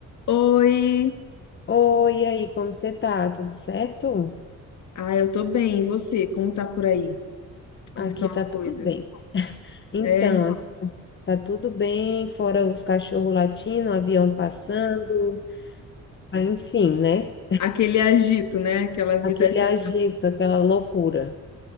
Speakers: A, on the left; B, on the left.
A: Oi!
B: Oi, e aí, como você tá? Tudo certo?
A: Ah, eu tô bem. E você? Como tá por aí? Como
B: Aqui
A: estão
B: tá
A: as coisas?
B: tudo bem. Então,
A: É,
B: aqui tá tudo bem, fora os cachorros latindo, o avião passando, ah, enfim, né?
A: aquele agito, né? Aquela vida
B: Aquele
A: agitada.
B: agito, aquela loucura.